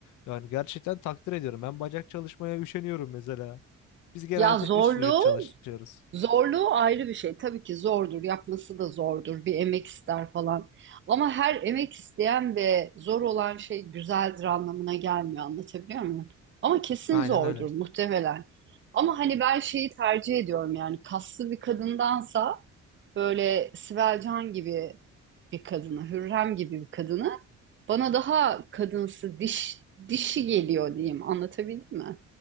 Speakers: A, on the left (about 80°); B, on the right (about 40°).
A: Yani gerçekten takdir ediyorum. Ben bacak çalışmaya üşeniyorum mesela. Biz genelde
B: Ya zorluğu
A: üst vücut çalışıyoruz.
B: Zorluğu ayrı bir şey. Tabii ki zordur, yapması da zordur. Bir emek ister falan. Ama her emek isteyen ve zor olan şey güzeldir anlamına gelmiyor. Anlatabiliyor muyum? Ama kesin
A: Aynen
B: zordur
A: öyle.
B: muhtemelen. Ama hani ben şeyi tercih ediyorum yani kaslı bir kadındansa böyle Sibel Can gibi bir kadını, Hürrem gibi bir kadını bana daha kadınsı, diş, dişi geliyor diyeyim. Anlatabildim mi?